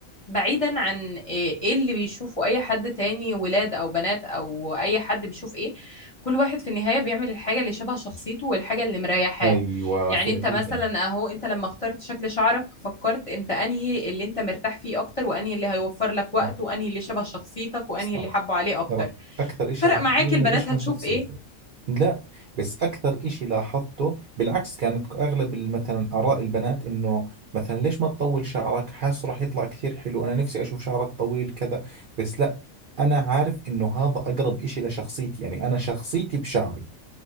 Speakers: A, on the left; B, on the right.
A: بعيدا عن ايه إيه اللي بيشوفه اي حد تاني ولاد او بنات او اي حد بيشوف ايه كل واحد في النهاية بيعمل الحاجة اللي شبه شخصيته والحاجة اللي مريحاه
B: ايوه
A: يعني
B: فعليا
A: انت مثلا اهو انت لما اخترت شكل شعرك فكرت انت انهي اللي انت مرتاح فيه اكتر وانهي اللي هيوفر لك وقت
B: صح
A: وانهي اللي شبه شخصيتك وانهي
B: صح
A: اللي حبه عليه اكتر
B: ترى اكثر اشي
A: فرق
B: حكيت
A: معاك
B: لي انه
A: البنات
B: بيشبه
A: هتشوف
B: شخصيته
A: ايه
B: لا بس اكثر اشي لاحظته بالعكس كانت اغلب ال- مثلا اراء البنات انه مثلا ليش ما تطول شعرك حاسه راح يطلع كثير حلو انا نفسي اشوف شعرك طويل كذا بس لا انا عارف انه هذا اقرب اشي لشخصيتي يعني انا شخصيتي بشعري